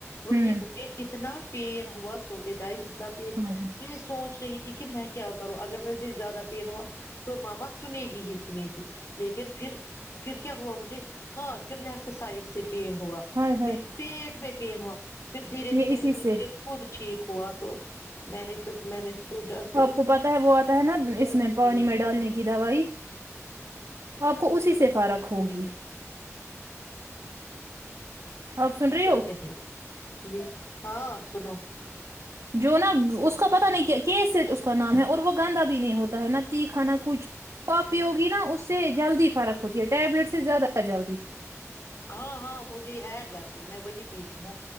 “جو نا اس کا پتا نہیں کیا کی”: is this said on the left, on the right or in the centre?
Right